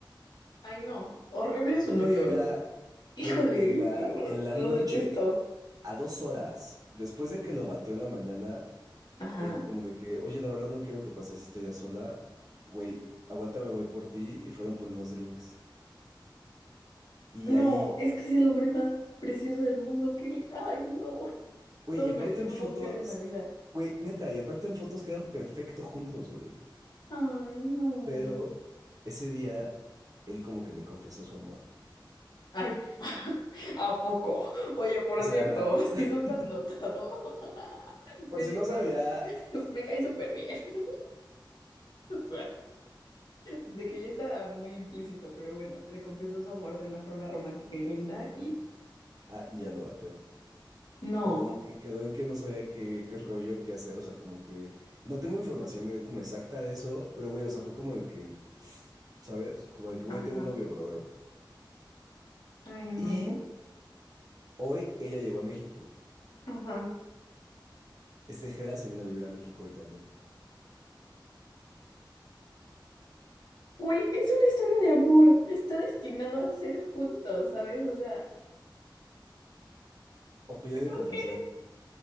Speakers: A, on the left (about 60°); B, on the right (about 50°).
A: Ay, no. Horrible
B: Y
A: su
B: este
A: novio.
B: Jera,
A: Híjole,
B: güey, en la, en la
A: lo
B: noche,
A: detesto.
B: a dos horas, después de que lo batió en la mañana,
A: Ajá.
B: le dijo como de que, oye, la verdad no quiero que pases este día sola, güey, aguántame, voy por ti, y fueron por unos drinks. Y
A: No,
B: ahí,
A: es que es el hombre más precioso del mundo. Que... le- Ay, no.
B: güey,
A: Todos
B: y aparte
A: merecemos
B: en fotos,
A: un Jera en la vida.
B: güey, neta, y aparte en fotos quedan perfecto juntos, güey.
A: Ay, no.
B: Pero ese día él como que le confesó su amor.
A: Ay, <laughs> ¿a poco? Oye, por
B: O sea,
A: cierto, <laughs>
B: <laughs>
A: si no lo has notado, <laughs>
B: por
A: medio
B: si no
A: me,
B: sabías.
A: me cae súper bien. <laughs> O sea, de que ya está muy implícito, pero bueno, le confesó su amor de una forma romántica y linda y
B: Ah, y ya lo bateó.
A: no.
B: O como que quedó en que no sabía qué, qué rollo, qué hacer. O sea, como que no tengo información eh, como exacta de eso, pero güey, o sea, fue como de que, ¿sabes? Como de que, güey,
A: Ajá.
B: tengo novio, brother.
A: Ay, no.
B: Y hoy ella llegó a México.
A: Ajá.
B: Este Jera se vino a vivir a México hoy también.
A: Güey, es una historia de amor. Está destinado a ser juntos, ¿sabes? O sea,
B: Opinión de
A: creo
B: confesión,
A: que...